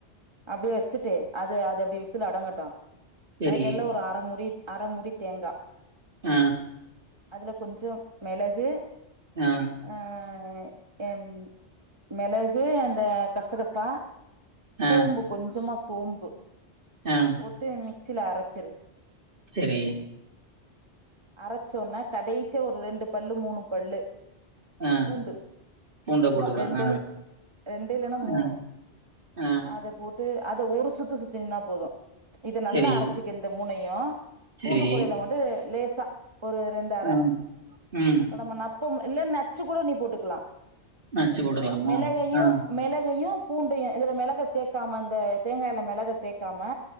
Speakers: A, on the right (about 25°); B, on the right (about 50°).
A: அப்டியே வச்சுட்டு அது அது அப்டி விசில் அடங்கட்டு
B: சேரி
A: அதுக்கெடைல்லா ஒரு அரமுடி அரமுடி தேங்கா
B: ஆ
A: அதுல கொஞ்சோ மெளகு
B: ஆ
A: ஆ எ மெளகு அந்த கச கசா சோம்பு
B: ஆ
A: கொஞ்சமா சோம்பு
B: ஆ
A: போட்டு மிக்சில அரச்சிரு
B: சேரி
A: அரச்சோன்ன கடேசிய ஒரு ரெண்டு பல்லு மூணு பல்லு
B: ஆ
A: பூண்டு
B: பூண்ட
A: சும்மா
B: போட்டுக்கலா
A: ரெண்டு
B: ஆ
A: ரெண்டு இல்ன்னா மூணு
B: ஆ ஆ
A: அத போட்டு அத ஒரு சுத்து சுத்தினனா போது இத
B: சேரி
A: நல்லா அரைச்சுக்க இந்த மூணையு
B: சேரி
A: பூண்டு பொடையில மட்டு லேச ஒரு ரெண்டு அர
B: ஆ ம்
A: பதமனா இப்ப இல்ல நச்சு கூட நீ போட்டுக்கலா
B: நச்சு போட்டுக்கலாமா
A: மெளகையு
B: ஆ
A: மெளகையு பூண்டையு இதுல மெளக சேக்காம அந்த தேங்காயில மெளக சேக்காம